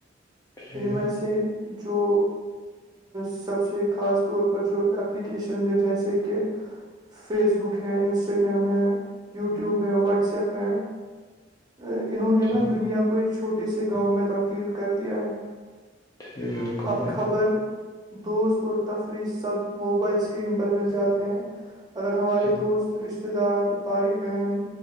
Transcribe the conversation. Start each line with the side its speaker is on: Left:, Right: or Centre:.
Left: جی
Right: ان میں سے جو سب سے خاص طور پر جو ایپلیکیشنز ہیں جیسے کہ فیس بک ہے انسٹاگرام ہے یوٹیوب ہے واٹسپ ہے انہوں نے نا
Left: جی
Right: دنیا کو ایک چھوٹے سے گاؤں میں تبدیل کر دیا ہے
Left: جی بالکل
Right: اب
Left: بھائی
Right: خبر دوست اور تفریح سب موبائل سے اسکریم پر مل جاتے ہیں اگر ہمارے
Left: جی
Right: دوست رشتتے دار بھائی بہن